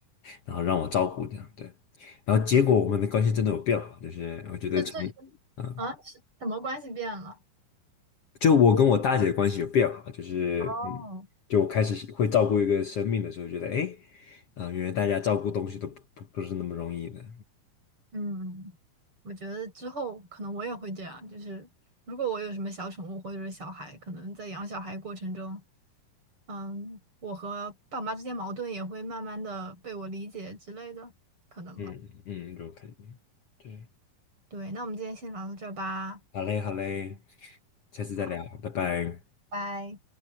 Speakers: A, on the left (about 60°); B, on the right (about 35°).
A: 然后让我照顾这样，对，然后结果我们的关系真的有变好，就是我觉得从。
B: 这这就
A: 嗯
B: 啊，是什么关系变了？
A: 就我跟我大姐的关系有变好，就是嗯，
B: 哦，
A: 就我开始会照顾一个生命的时候，觉得哎，啊、原来大家照顾东西都不不不是那么容易的，
B: 嗯，我觉得之后可能我也会这样，就是如果我有什么小宠物或者是小孩，可能在养小孩过程中，嗯，我和爸妈之间矛盾也会慢慢的被我理解之类的，可能吧。
A: 嗯嗯，有可能，对，
B: 对，那我们今天先聊到这儿吧，
A: 好嘞好嘞，下次再聊，
B: 好，
A: 拜拜。
B: 拜。